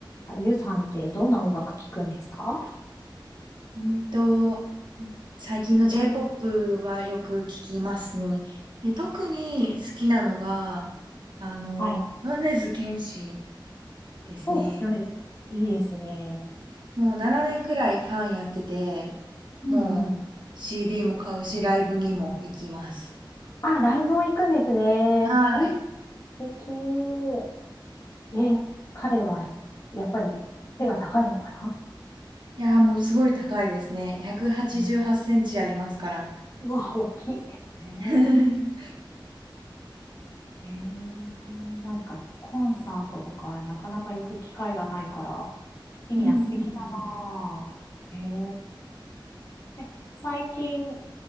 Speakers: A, on the left (about 40°); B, on the right (about 65°).
A: あゆうさんってどんな音楽聴くんですか
B: うんと、最近の J-POP はよく聞きますね。で、特に好きなのが、あの、
A: はい。
B: 米津玄師ですね。
A: お、よね。いいですね。
B: もう7年ぐらいファンやってて、
A: うんうん。
B: もう CD も買うし、ライブにも行きます。
A: あ、ライブも行くんですね。
B: はい。
A: いい、素敵。え、彼は、やっぱり背が高いのかな
B: いやー、もうすごい高いですね。188センチありますから。
A: うん。うわ、大きい。へ
B: <laughs> うん
A: え、へえ、なんか、コンサートとか、なかなか行く機会がないから、いいな、
B: うん
A: 素敵だなあ。へえ。え、最近、